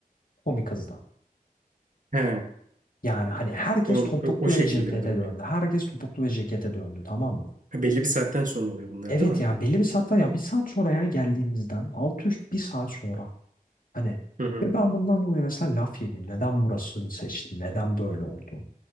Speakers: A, on the left; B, on the right.
A: Komi kızdı.
B: He,
A: Yani hani herkes
B: o,
A: topuklu
B: o şekilde
A: ve cekete
B: bir durum
A: döndü.
B: yani.
A: Herkes topuklu ve cekete döndü tamam mı?
B: Ha, belli bir saatten sonra oluyor bunlar
A: Evet
B: değil mi?
A: ya belli bir saatten ya bir saat sonra yani geldiğimizden altı üst bir saat sonra hani
B: Hı hı.
A: ve ben bundan dolayı mesela laf yedim. Neden burasını seçtim? Neden böyle oldu?